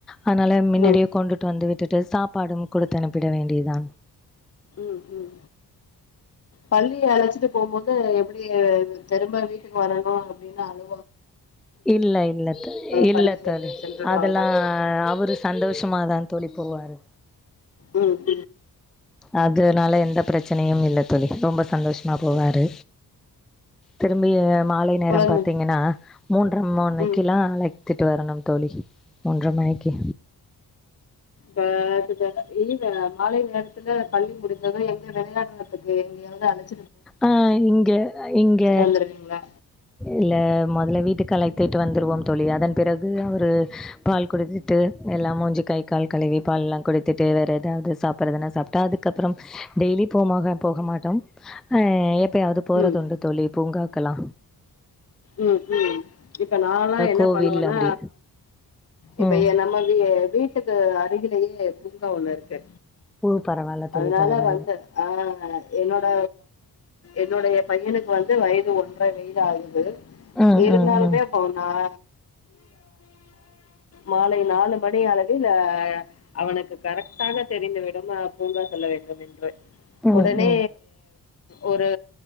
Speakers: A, in the centre; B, on the left.
A: அத்னால மின்னடியே
B: ம்
A: கொண்டுட்டு வந்து விட்டுட்டு சாப்பாடும் குடுத்து அனுப்பிட வேண்டியதுதா
B: ம் ம் பள்ளி அழச்சிட்டு போம்போது எப்புடி அ தெரும்ப வீட்டுக் வரணு அப்டின்னு அழு
A: இல்ல இல்ல்த்த இல்ல
B: பள்ளி சென்று
A: தோழி
B: சென்றுடுவாங்களா
A: அதல்லா அவுரு சந்தோஷ் டமாதா தோழி போவாரு
B: ம்
A: அதுனால எந்த ப்ரச்சனையுமம் இல்ல தோழி ரொம்ப சந்தோஷமா போவாரு திரும்பி மாலை நேரம்
B: குழந்தை
A: பாத்தீங்கனா மூன்ற மொனைக்கிலா
B: ம்
A: அழைத்திட்டு வரணும் தோழி மூன்ற மணிக்கி
B: த அதுக்கான இல்லித மாலை நேரத்துல பள்ளி முடிந்தது எங்க வெளையாட்றதுக்கு எங்கயாவ்து அழச்
A: அ இங்க இங்க
B: வந்துருவீங்களா
A: இல்ல மொதல்ல வீட்டுக்கு அலைத்திட்டு வந்துருவோம் தோழி அதன் பிறகு அவுரு பால் குடிச்சிட்டு எல்லா மூஞ்சி கை கால் கழுவி பால்லா குடித்திட்டு வேற எதாவ்து சாப்புற்றதுனா சாப்ட்டு அதுக்கப்புறம் டெய்லி போமாக போக மாட்டான் ஹ எப் பெயாது போறதுண்டு
B: ம்
A: தோழி பூங்காக்கலா
B: உம் உம் இப்ப நாலாம் என்ன
A: கோவில்
B: பண்ணுவன்னா
A: அப்டி.
B: இப்பையே
A: ம்.
B: நம்ம வீ வீட்டுக்கு அருகிலி யே பூங்கா ஒண்ணு இருக்கு
A: ஓ! பரவால்ல தோழி,
B: அதனால
A: பரவால்ல.
B: வந்து ஆஹ் என்னோட என்னுடைய பையனுக்கு வந்து வயது ஒன்றரை வயது ஆகுது
A: ம்,
B: ஏழு
A: ம்,
B: நாள்ல
A: ம்.
B: பே பவுனா <inaudible> மாலை நாலு மணி அளவில் அவனுக்கு கரெக்டாக தெரிந்து விடும் பூங்கா செல்ல வேண்டும் என்று
A: ம்,
B: உடனே
A: ம்.
B: ஒரு